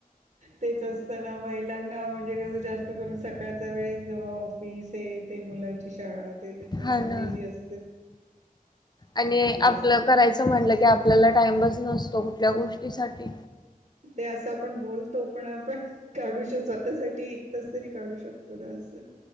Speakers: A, on the right; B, on the left.
A: तेचच त्यांना महिलांना म्हणजे कसं जास्त करून सकाळचा वेळ कवा ऑफिस हे ते मुलांची शाळा. ते त्याच्यामुळे
B: हा ना
A: बिझी असते
B: आणि
A: त्याचा
B: आपलं करायचं म्हटलं की आपल्याला टाईंबच नसतो. कुठल्या गोष्टीसाठी
A: ते असं आपण बोलतो पण आपण काढू शक स्वतःसाठी एकटंच तरी काढू शकतो ना असं.